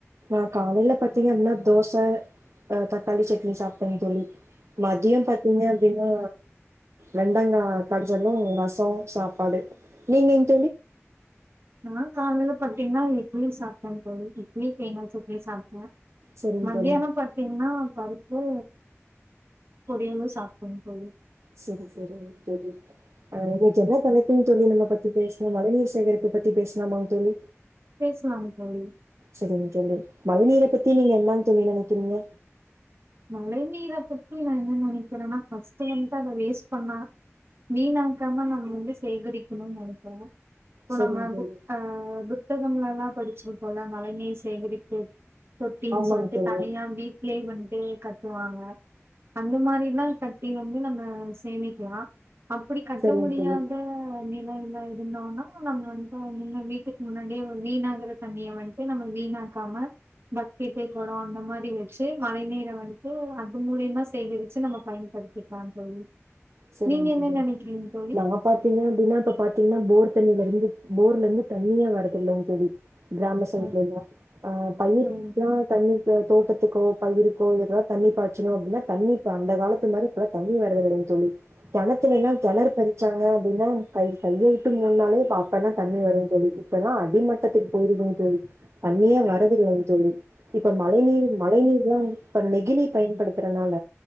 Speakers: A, on the right (about 70°); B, on the right (about 50°).
A: நா காலைல பாத்தீங்க அப்டினா தோச ஆ தக்காளி சட்னி சாப்பிட்டேங்ங் தோலி மதியொ பாத்தீங்க அப்டின்னா வெண்டங்கா கடிச்சொன்னே ரசொ சாப் பாடு நீங்க எங்
B: நா காலைல பாத்தீங்கன்னா இட்லி சாப்ட்டே தோழி இட்லி தேங்காசட்னியு சாப்ட்டே
A: சரிங்
B: மத்தியானோ
A: தோழி
B: பாத்தீங்கனா பருப்பு பொரியளு சாப்டேங் ‌தோழி
A: செரி செரிங்க செரி சென்னை தனக்கின்தோலி நம்ம பத்தி பேசுனோ மழை நீர் சேகரிப்பு பத்தி பேஸ்லாமாங் தோலி
B: பேசலாங்க தோழி
A: செரிங்க தோலி மழை நீர பத்தி நீங்க என்னாங் தோலி நெனைக்கிறீங்க
B: மழை நீரப் பத்தி நா என்ன நெனைக் க்கறேன்னா ஃபஸ்டேருந்து அது வேஸ்ட் பன்னா வீனாக்காம நம்ம வந்து சேகரிக்கணுன்னு நெனைக்கற இப்போ
A: சரிங்க
B: நம்ம
A: தோழி
B: புக் ஆ புக் புத்தகம்லலா படிச்சிருப்போல்ல மழை நீர் சேகரிப்பு தொட்டின்
A: ஆமாங்க
B: சொல்ட்டு
A: தோழி
B: தனியா வீட்லே வந் ஈ கட்டுவாங்க அந்த மாரிலா கட்டி வந்து நம்ம சேமிக்கலா அப்படி கட்ட
A: சரிங்க
B: முடியாத
A: தோழி
B: தண்ணில்லா இல்லா இருந்தோன்னா நம்ம வந்து முன்ன வீட்டுக்கு முன்னாடியே வீணாகற தண்ணிய வந்ட்டு நம்ம வீணாக்காம பக்கெட்டு கொடொ அந்த மாரி வச்சு மழை நீீர வந் ட்டு அது மூலியமா செகரிச்சு நம்ம பயன்படுத்திக்கலா தோழி
A: சரிங்க
B: நீங்க என்ன
A: <unintelligible>
B: நெனைக்கிறீங்க தோழி?
A: நாங்க பாத்தீங்கன்னா எப்டின்னா இப்ப பாத்தீங்கன்னா போர் தண்ணில இருந்து போர்ல இருந்து தண்ணியே வரத் தில்லங்க தோழி கிராம சைட்ல
B: அ
A: எல்லா ஆ பயிருக்லா
B: ஆமாங்
A: தண்ணி தோட்டத்துக்கோ பயிருக் இப்போ இதுக்குல்லா தண்ணி பாய்ச்சணு அப்டின்னா தண்ணிப்ப அந்த காலத்து மாரி இப்பல்லா தண்ணி வரதில்லைங் தோலி கெணத்துலல்லா கெணறு பறிச்சாங்க அப்டின்னா கை கைய்ய உட்டு மோன்னாலே ப்ப அப்பல்லா தண்ணிவருங் தோலி இப்பலா அதே மாரி ட்டத்துக்கு போயிருதுங்க தோழி தண்ணியே வரதில்லைங்க தோலி இப்ப மழை நீர் மழைநீர் லா வந்து இப்ப நெகிழி பயன்படுத்துறனால